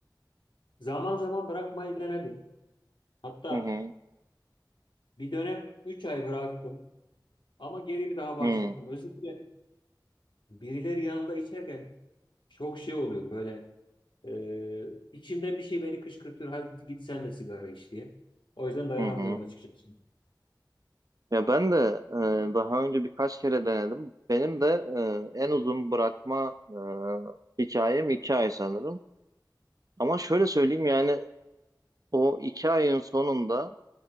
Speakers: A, on the left (about 80°); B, on the right (about 50°).
A: zaman zaman bırakmayı denedim. Hatta
B: Hı hı.
A: bir dönem 3 ay bıraktım ama geri bir daha başladım.
B: Hı
A: Özellikle birileri yanında içerken çok şey oluyor böyle Ee, içimden bir şey beni kışkırtıyor. Hadi git sen de sigara iç diye. O yüzden dayanamıyorum
B: hı. hı.
A: açıkçası.
B: Ya ben de e, daha önce birkaç kere denedim. Benim de e, en uzun bırakma e, hikayem iki ay sanırım. Ama şöyle söyleyeyim yani o iki ayın sonunda